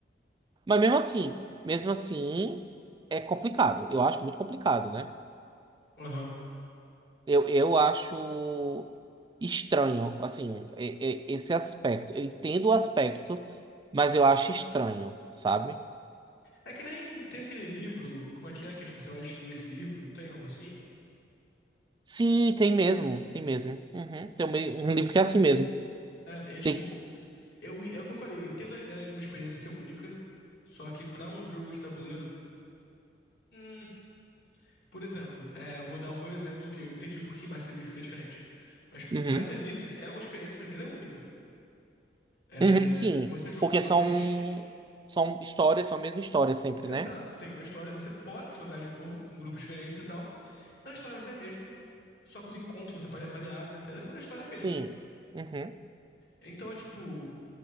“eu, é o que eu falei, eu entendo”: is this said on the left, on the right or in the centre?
Left